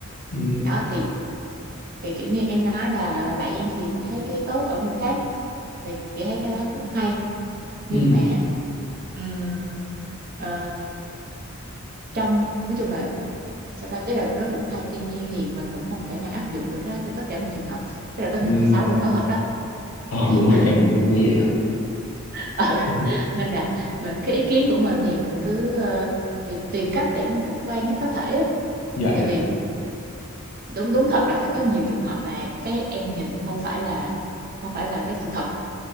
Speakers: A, on the left; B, on the right.
A: ừ
B: đó thì thì kiểu như em nói là bạn em thì chị thấy cái tốt ở người khác thì chị thấy cái đó cũng hay
A: ừ
B: nhưng mà ừm, ờ, trong nói chung là sao ta tức là nó cũng hay tuy nhiên thì mình cũng không thể nào áp dụng được cái đó cho tất cả mọi trường hợp tức là có những
A: ừ
B: người xấu là xấu thật đó
A: ờ
B: thì
A: đúng rồi em em cũng nghĩ vậy á
B: <laughs> ừ
A: <laughs>
B: nên là mình cái ý kiến của mình thì mình cứ ờ, tì- tìm cách để nó khách quan nhất có thể á.
A: dạ
B: tại
A: dạ
B: vì đúng đúng thật là sẽ có nhiều trường hợp mà cái em nhìn không phải là không phải là cái sự thật